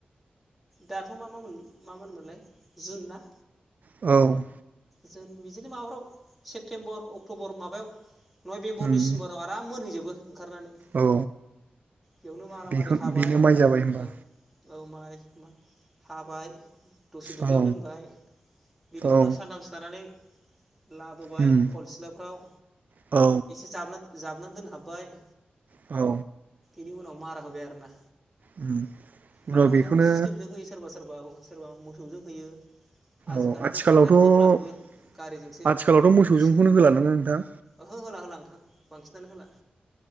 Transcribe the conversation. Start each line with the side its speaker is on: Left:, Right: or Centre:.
Centre: दाथ'मा मावोन मा मानोमोनलाय जुन ना
Right: औ
Centre: जों बिदिनो माबाफ्राव सेप्तेम्बर अक्टबर माबायाव नयबेम्बर
Right: उम
Centre: डिसेम्बराव आराम मोनहैजोबो ओंखारनानै
Right: औ
Centre: बेयावनो मारा
Right: बेखौ
Centre: मारि हाबाय
Right: बेनो
Centre: औ
Right: माइ जाबाय होमबा
Centre: औ माइ-माइ हाबाय दसे दुब्लियाव
Right: औ
Centre: दोनबाय बिनि
Right: औ
Centre: उनाव सानथामसो थानानै लाबोबाय
Right: उम
Centre: खल सिलाफ्राव
Right: औ
Centre: एसे जाबना- जाबनानै दोनहाबबाय
Right: औ
Centre: इनि उनाव मारा होबाय आरोना
Right: उम उनाव
Centre: मारा होनायायाव
Right: बेखौनो
Centre: अनेख सिस्टेमजों होयो सोरबा-सोरबा औ सोरबा मोसौजों होयो। आजिखालिथ'
Right: औ आथिखालावथ'
Centre: ट्रेक्टरजों होलाजोबो गारिजोंसो
Right: आथिखालावथ' मोसौजोंखौनो
Centre: मेचिन
Right: होलादां नोंथां
Centre: ओहो होला होला नोंथां बांसिनानो होला।